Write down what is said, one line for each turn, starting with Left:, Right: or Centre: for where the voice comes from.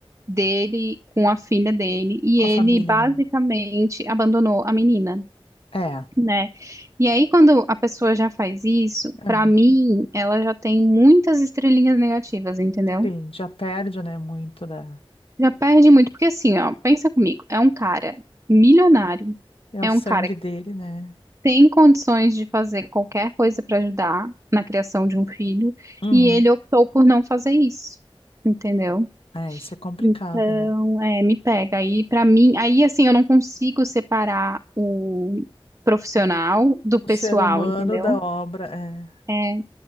Right: dele com a filha dele e
Left: Com
Right: ele
Left: a família,
Right: basicamente
Left: né?
Right: abandonou a menina,
Left: É.
Right: né? E aí quando a pessoa já faz isso,
Left: é.
Right: pra mim, ela já tem muitas estrelinhas negativas, entendeu?
Left: Sim, já perde, né? Muito da.
Right: Já perde muito, porque assim, ó, pensa comigo, é um cara milionário,
Left: É
Right: é
Left: o sangue
Right: um cara
Left: dele, né?
Right: tem condições de fazer qualquer coisa para ajudar na criação de um filho,
Left: Uhum.
Right: e ele optou por não fazer isso, entendeu?
Left: É, isso é complicado,
Right: Então,
Left: né?
Right: é, me pega. Aí, para mim, aí assim, eu não consigo separar o profissional do
Left: O
Right: pessoal,
Left: ser humano
Right: entendeu?
Left: da obra é.
Right: É.